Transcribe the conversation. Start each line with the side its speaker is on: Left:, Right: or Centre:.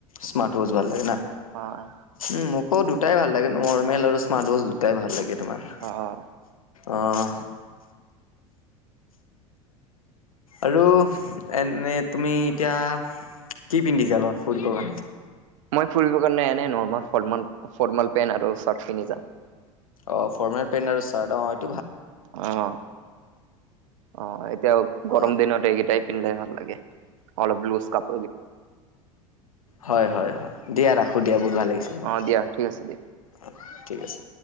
Left: স্মাৰ্ট ৱাচ ভাল লাগে না।
Right: অহ।
Left: উম মোকো দুটাই ভাল লাগে, নৰ্মেল আৰু স্মাৰ্ট ৱাছ দুটাই ভাল লাগে তোমাৰ।
Right: অ
Left: অহ। আৰু এনেই তুমি এতিয়া কি পিন্ধি যাবা ফুৰিবৰ কাৰণে?
Right: মই ফুৰিব কাৰণে এনে নৰ্মেল ফৰ্মেল পেন্ট আৰু চাৰ্ট পিন্ধি যাম।
Left: অ ফৰ্মেল পেণ্ট আৰু চাৰ্ট, অহ'
Right: অহ' অ এতিয়া গৰম
Left: অ
Right: দিনত এই কেইটাই, পিন্ধলে ভাল লাগে অলপ লুছ কা
Left: হয় হয় হয় দিয়া ৰাখোঁ দিয়া বহুত ভাল লাগিছিলে তোমাক,
Right: অ দিয়া ঠিক আছে দিয়া
Left: অ ঠিক আছে।